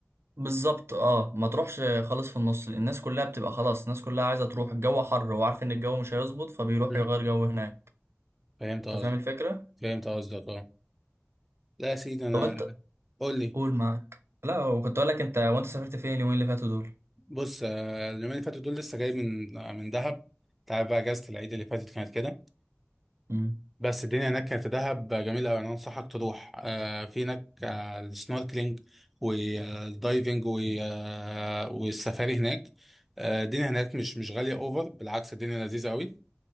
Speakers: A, on the right (about 75°); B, in the centre.
A: بالظبط اه ما تروحش خالص في النص لأن الناس كلها بتبقى خلاص الناس كلها عايزة تروح الجو حر وعارف ان الجو مش هيظبط فبيروح
B: مم.
A: يغير جو هناك
B: فهمت
A: انت
B: قصدك
A: فاهم الفكرة
B: فهمت قصدك اه لا يا سيدي انا
A: طب انت
B: قول لي
A: قول معاك لا وكنت اقول لك انت وانت سافرت فين اليومين اللي فاتوا دول
B: بص آه، اليومين اللي فاتوا دول لسه جاي من آه، من دهب تعرف بقى اجازة العيد اللي فاتت كانت كده
A: امم
B: بس الدنيا هناك كانت في دهب جميلة أوي أنا أنصحك تروح آه في هناك آه السنوركلينج والدايفنج و- آه، والسفاري هناك آه الدنيا هناك مش مش غالية أوفر بالعكس الدنيا لذيذة أوي